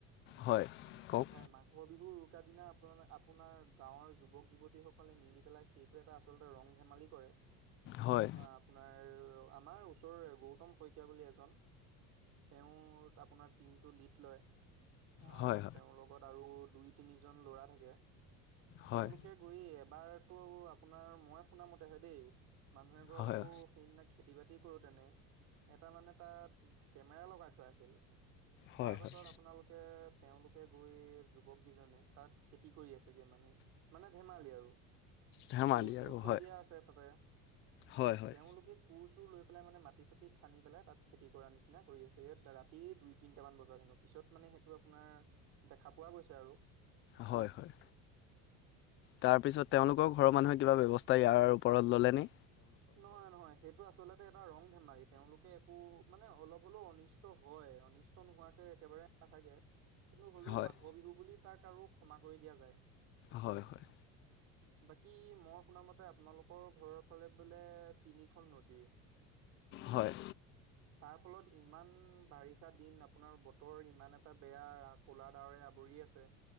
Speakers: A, on the left (about 35°); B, on the right (about 50°).
A: হয় কওক
B: হয় মাঘৰ বিহু- কা দিনা আপোন আপোনাৰ গাঁৱৰ যুৱক যুৱতী সকলে মিলি পেলাই সেইটো এটা আচলতে ৰং ধেমালি কৰে। অঁ,
A: হয়
B: আপোনাৰ আমাৰ ওচৰ গৌতম শইকীয়া বুলি এজন। তেওঁ আপোনাৰ টিমটো লিড লয়। আহ
A: হয়
B: তেওঁৰ লগত আৰু দুই তিনিজন ল'ৰা থাকে।
A: হয়
B: তেওঁলোকে গৈ, এবাৰতো আপোনাৰ মই শুনামতেহে দেই মানুহে ঘৰত
A: হয় হয়
B: আকৌ সেইদিনা খেতি বাতি কৰোতেনে। এটা মানে তাত কেমেৰা লগাই থোৱা আছিল।
A: হয়
B: তাৰ পাছত
A: হয়
B: আপোনালোকে- তেওঁলোকে গৈ যুৱক কেইজনে তাত খেতি কৰি আছেগে মানে। মানে ধেমালি আৰু,
A: ধেমালি
B: কোৰ চোৰ
A: আৰু
B: থৈ
A: হয়
B: দিয়া আছে তাতে।
A: হয় হয়
B: তেওঁলোকে কুৰ চুৰ লৈ পেলাই মানে মাটি চাতি খান্দি পেলাই তা'ত খেতি কৰা নিচিনা কৰি আছে ৰাতি দুই তিনটা মান বজাত। পিছত মানে সেইটো আপোনাৰ দেখা পোৱা গৈছে আৰু।
A: হয় হয় তাৰ পিছত তেওঁলোকৰ ঘৰৰ মানুহে কিবা ব্যৱস্থা ইয়াৰ ওপৰত ললে ন?
B: নহয় নহয় সেইটো আচলতে এটা ৰং ধেমালিত। তেওঁলোকে একো মানে অলপ হলেও অনিষ্ট হয় অনিষ্ট নোহোৱাকৈ একেবাৰে নাথাকে। কিন্তু হ'লেও
A: হয়
B: মাঘ বিহু বুলি তাক আৰু ক্ষমা কৰি দিয়া যায়।
A: হয় হয়।
B: বাকী মই শুনা মতে আপোনালোকৰ ঘৰৰ ফালে বোলে তিনিখন নদী।
A: হয়।
B: তাৰ ফলত ইমান বাৰিষা দিন আপোনাৰ বতৰ ইমান এটা বেয়া কুলা দাৱৰে আৱৰি- কৰি আছে।